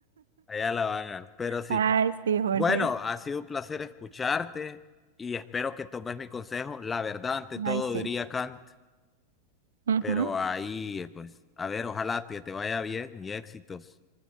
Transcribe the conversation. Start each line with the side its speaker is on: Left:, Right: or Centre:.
Left: Allá la van a ganar. Pero sí.
Right: Ay, sí, Jorge.
Left: Bueno, ha sido un placer escucharte y espero que tomes mi consejo. La verdad, ante todo,
Right: Ay, sí.
Left: diría Kant,
Right: Ujú.
Left: pero ahí, eh, pues, a ver, ojalá que te vaya bien y éxitos.